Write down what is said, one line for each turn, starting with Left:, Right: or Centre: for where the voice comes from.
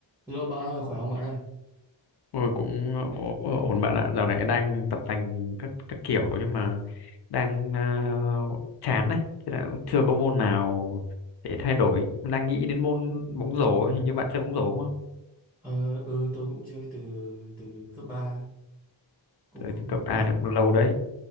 Centre: Hello bạn ơi, khỏe không bạn ơi?
Left: Ôi cũng ổ- ổn bạn ạ, dạo này đang tập tành các các kiểu nhưng mà đang uh, chán đấy, thế là cũng chưa có môn nào để thay đổi. Đang nghĩ đến môn bóng rổ, ấy, hình như bạn chơi bóng rổ đúng không?
Centre: Ờ, ừ, tôi cũng chơi từ từ cấp 3 cũng
Left: Từ,
Centre: không
Left: từ cấp A này cũng lâu đấy.